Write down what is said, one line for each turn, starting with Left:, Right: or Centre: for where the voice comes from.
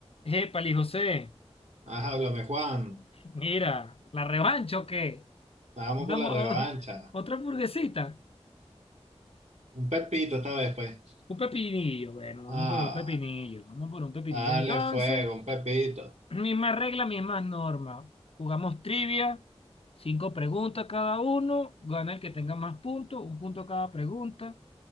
Left: Épale, José,
Right: Ajá, háblame, Juan.
Left: mira, la revancha o qué?
Right: Vamos
Left: Una
Right: por la
Left: mo-
Right: revancha.
Left: <laughs> otra hamburguesita,
Right: Un pepito esta vez, pues.
Left: un pepinillo, bueno, vamos
Right: Ah,
Left: por un pepinillo, vamos por un pepinillo
Right: dale
Left: entonces.
Right: fuego, un pepito.
Left: <clears throat> Misma regla, mismas normas. Jugamos trivia, cinco preguntas cada uno, gana el que tenga más puntos, un punto cada pregunta.